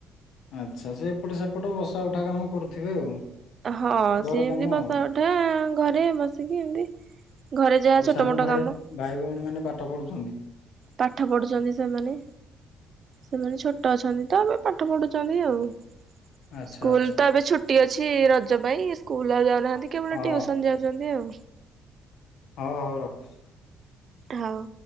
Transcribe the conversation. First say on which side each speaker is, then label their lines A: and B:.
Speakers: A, on the left; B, on the right.
A: ଆଚ୍ଛା, ସେ ଏପଟ ସେପଟ ବସା ଉଠା କାମ କରୁଥିବେ ଆଉ।
B: ହଁ
A: ଘର
B: ସିଏ ଏମତି
A: କାମ
B: ବସା
A: ଆଉ
B: ଉଠା ଘରେ ବସିକି ଏମତି ଘରେ ଯାହା
A: ଆଉ
B: ଛୋଟ
A: ସାନ
B: ମୋଟ
A: ଭାଇ
B: କାମ।
A: ଭାଇ ଭଉଣୀମାନେ ପାଠ ପଢୁଛନ୍ତି?
B: ପାଠ ପଢୁଛନ୍ତି ସେମାନେ। ସେମାନେ ଛୋଟ ଅଛନ୍ତି ତ ଏବେ ପାଠ ପଢୁଛନ୍ତି ଆଉ।
A: ଆଚ୍ଛା
B: ସ୍କୁଲ
A: ଆଚ୍ଛା।
B: ତ ଏବେ ଛୁଟି ଅଛି ରଜ ପାଇଁ ସ୍କୁଲ ଆଉ ଯାଉନାହାନ୍ତି। କେବଳ
A: ଅ
B: ଟ୍ୟୁସନ ଯାଉଚନ୍ତି ଆଉ।
A: ହଉ-ହଉ ରଖୁଛି।
B: ହଉ।